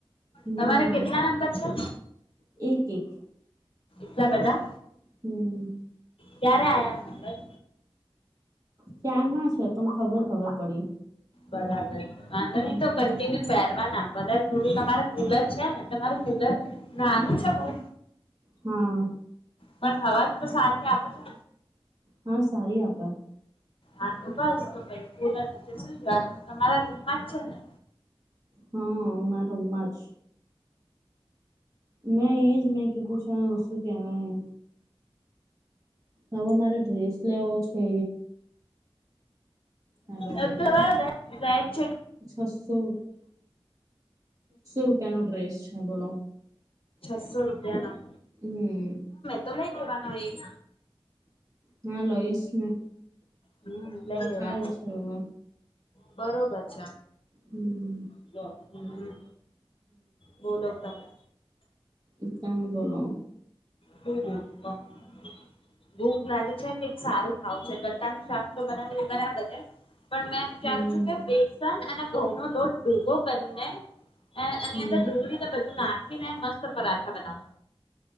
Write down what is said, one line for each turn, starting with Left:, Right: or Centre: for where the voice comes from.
Right: હમ
Left: તમારે કેટલા નંબર છે.
Right: એક એક
Left: આટલા બધા.
Right: હમ.
Left: ક્યારે આયા આ નંબર.
Right: ક્યાં ના છે પણ ખબર હવે પડી.
Left: બરાબર છે વાંધો
Right: હમ
Left: નહી તો કન્ટિન્યુ પેરવાના બરા થોડું તમારે કુલર છે ને. તમારું કુદર નાનું છે બ
Right: હા
Left: પણ હવા તો સારી આપે છે.
Right: હા સારી આપે.
Left: હા બસ તો ભાઈ કુલર નીચે સુઈ જ તમારા રૂમમાં જ છે ને?
Right: હા મા રમમાં જ. ના એ જ મે કીધું છે શું કેવાઈ. હવે મારે ડ્રેસ લેવો છે. હેલો
Left: અક્તબર
Right: છસો રૂપિયા નો ડ્રેસ છે બોલો.
Left: છસો રૂપિયા નો.
Right: હમ.
Left: તો લઈ લેવાનો એક.
Right: ના લઈશ ને
Left: હમ લઈ લેવાનો
Right: ખાવ છો હવે.
Left: બરોબર છે.
Right: હમ.
Left: લો હમ. બોલો તમે.
Right: ઇસ્લામ બોલો.
Left: હ જ હ ભૂખ લાગી છે કઈક સારું ખાવું છે ગટ્ટાનું શાક તો બનાવે બરાબર છે. પણ મેં વિચારું
Right: હમ
Left: છું કે બેસન અને ઘઉં નો લોટ ભેગો કરીને એ એની
Right: હમ
Left: અંદર ડુંગળી ને બધું નાખી ને મસ્ત પરાઠા બનાવ.